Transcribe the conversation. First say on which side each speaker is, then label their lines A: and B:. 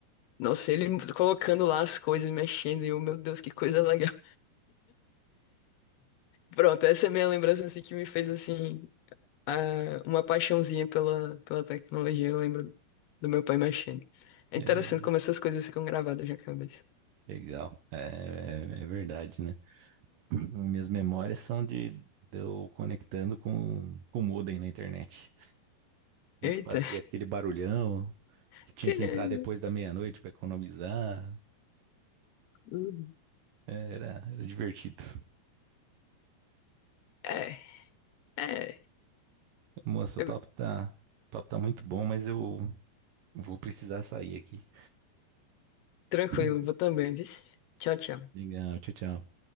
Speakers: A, on the left; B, on the right.
A: Nossa, ele colocando lá as coisas, mexendo, e eu, meu Deus, que coisa legal. <laughs> Pronto, essa é a minha lembrança assim, que me fez assim a- uma paixãozinha pela, pela tecnologia. Eu lembro do meu pai mexendo. É
B: é
A: interessante como essas coisas ficam gravadas na cabeça.
B: legal. É, é verdade, né? <clears throat> Minhas memórias são de, de eu conectando com, com o modem na internet.
A: Eita.
B: Fazia aquele barulhão,
A: <laughs>
B: que tinha
A: Tcharam.
B: que entrar depois da meia-noite pra economizar.
A: Uhum.
B: É, Era, era divertido.
A: É, é.
B: Moça,
A: Eu-
B: o papo tá, o papo tá muito bom, mas eu vou precisar sair aqui.
A: tranquilo,
B: <clears throat>
A: vou também, viu? Tchau, tchau.
B: Legal, tchau, tchau.